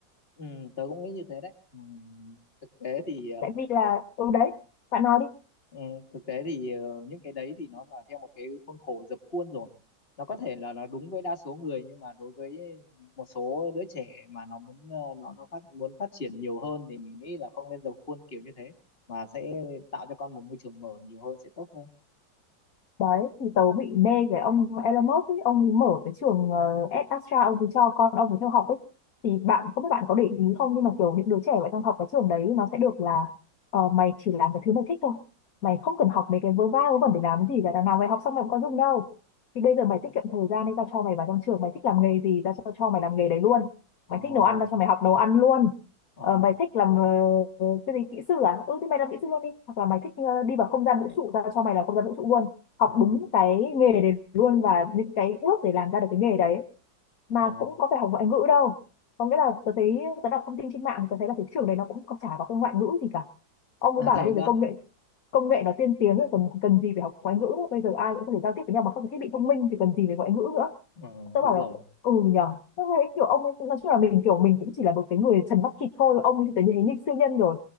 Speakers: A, on the left; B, on the left.
A: ừ, tớ cũng nghĩ như thế đấy ừ, thực tế thì ờ,
B: tại vì là ừ đấy bạn nói đi
A: ừ, thực tế thì ờ, những cái đấy thì nó là theo một cái khuôn khổ dập khuôn rồi nó có thể là nó đúng với đa số người nhưng mà đối với một số đứa trẻ mà nó muốn ờ, nó nó phát muốn phát triển nhiều hơn thì mình nghĩ là không nên dập khuôn kiểu như thế mà sẽ tạo cho con một môi trường mở nhiều hơn sẽ tốt hơn.
B: đấy thì tớ bị mê cái ông Elon Musk ấy ông ấy mở cái trường uh, Astra ông ấy cho con ông ấy theo học ấy thì bạn không biết bạn có để ý không nhưng mà kiểu những đứa trẻ vậy trong học cái trường đấy nó sẽ được là ờ, mày chỉ làm cái thứ mày thích thôi mày không cần học mấy cái vớ va vớ vẩn để làm gì cả đằng nào mày học xong mày cũng có dùng đâu thì bây giờ mày tiết kiệm thời gian nên tao cho mày vào trong trường mày thích làm nghề gì tao cho cho mày làm nghề đấy luôn
A: Ồ,
B: mày thích nấu ăn tao cho mày học nấu ăn luôn
A: ồ.
B: Ờ, mày thích làm ờ, cái gì kỹ sư à ừ thì mày làm kỹ sư luôn đi hoặc là mày thích ờ, đi vào không gian vũ trụ tao cho mày làm không gian vũ trụ luôn học
A: ờ
B: đúng cái nghề đấy luôn và những cái bước để làm ra được cái nghề đấy mà
A: ờ
B: cũng có phải học ngoại ngữ đâu có nghĩa là tớ thấy tớ đọc thông tin trên mạng thì tớ thấy là cái trường đấy nó cũng có- chả có cái ngoại ngữ gì cả ông ấy
A: à
B: bảo
A: thiệt
B: là bây
A: cơ
B: giờ công nghệ công nghệ nó tiên tiến rồi cần cần gì phải học ngoại ngữ nữa bây giờ ai cũng có thể giao tiếp với nhau bằng các cái thiết bị thông minh thì cần gì phải ngoại ngữ nữa
A: ừ
B: tớ
A: đúng
B: bảo
A: rồi
B: là ừ nhờ tớ thấy kiểu ông ấy nói chung là mình kiểu mình cũng chỉ là một cái người trần mắt thịt thôi ông ấy thì tớ thấy như siêu nhân rồi